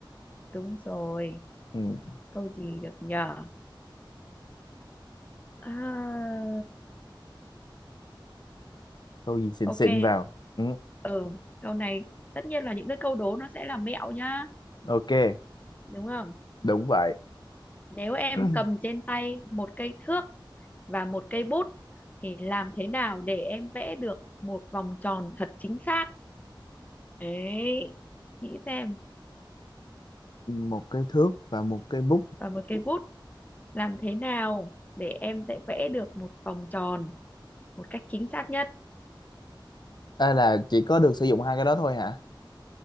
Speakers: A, on the left; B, on the left.
A: đúng rồi.
B: ừ.
A: Câu gì được nhờ? À,
B: câu gì xịn
A: ok.
B: xịn vào ừ.
A: Ừ, câu này tất nhiên là những cái câu đố nó sẽ là mẹo nhá,
B: ok
A: đúng không?
B: đúng vậy
A: Nếu em
B: <clears throat>
A: cầm trên tay một cây thước và một cây bút thì làm thế nào để em vẽ được một vòng tròn thật chính xác? Đấy, nghĩ xem
B: một cái thước và một cái bút
A: và một cây bút làm thế nào để em sẽ vẽ được một vòng tròn một cách chính xác nhất
B: à, là chỉ có được sử dụng hai cái đó thôi hả